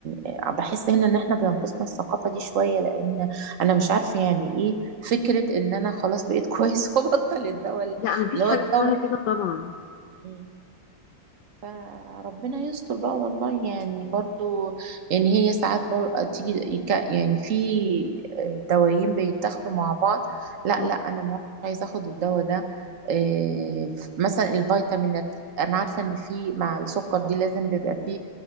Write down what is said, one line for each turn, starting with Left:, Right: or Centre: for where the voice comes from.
Right: آه، بحس هنا ان احنا بينقصنا الثقافة دي شوية لان انا مش عارفة يعني ايه فكرة ان انا خلاص بقيت <laughs> كويس وبطل الدواء
Left: لا مفيش
Right: اللي
Left: حاجه
Right: هو الدواء
Left: اسمها كده طبعا
Right: مم. فربنا يستر بقى والله يعني برضو يعني هي ساعات برضو تيجي يك- يعني في آه، دوايين بيتاخدوا مع بعض لا
Left: مم.
Right: لا انا ما عايزه اخد الدواء ده إيه، ف- مثلا الفيتامينات انا عارفه ان في مع السكر دي لازم بيبقى فيه